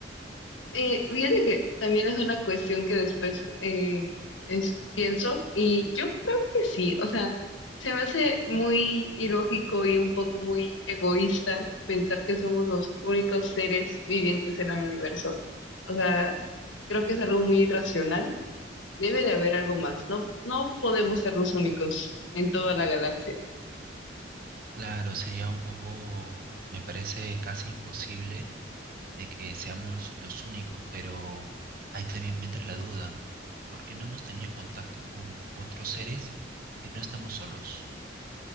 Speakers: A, on the left; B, on the right.
A: Eh, fíjate que también es una cuestión que después eh, es- pienso y yo creo que sí, o sea, se me hace muy ilógico y un poco muy egoísta pensar que somos los únicos seres vivientes en el universo. O sea, creo que es algo muy irracional. Debe de haber algo más. No, no podemos ser los únicos en toda la galaxia.
B: Claro, sería un poco, me parece casi imposible de que seamos los únicos, pero ahí también me entra la duda. ¿Por qué no hemos tenido contacto con otros seres si no estamos solos?